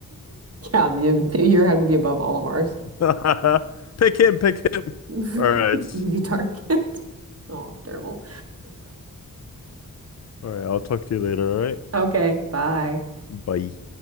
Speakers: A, on the right; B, on the left.
A: Yeah, the, the- your head would be above all of ours.
B: <laughs> Pick him, pick him.
A: <laughs>
B: All right.
A: Easy target. <laughs> Oh, it's terrible.
B: All right, I'll talk to you later, all right?
A: <laughs> Okay, bye.
B: Bye.